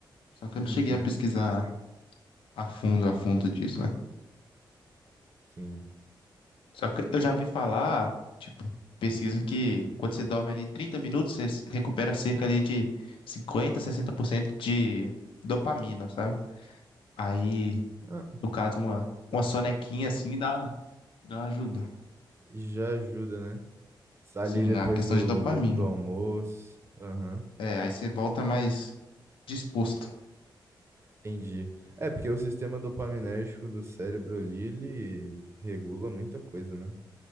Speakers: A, on the left; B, on the right.
A: Só que eu
B: Uhum,
A: não cheguei a pesquisar a fundo, a fundo disso, né?
B: sim.
A: Só que eu já vi falar, tipo, pesquisa que quando você dorme ali 30 minutos, você se recupera cerca ali de cinquenta sessenta por cento de dopamina, sabe? Aí,
B: Ah,
A: no caso, uma,
B: co-
A: uma sonequinha assim
B: co-
A: dá, dá ajuda.
B: já ajuda, né? Ali
A: Sim,
B: depois
A: na questão
B: do,
A: de dopamina.
B: do almoço. Aham,
A: É, aí você volta mais disposto.
B: entendi. É, porque o sistema dopaminérgico do cérebro ali, ele regula muita coisa, né?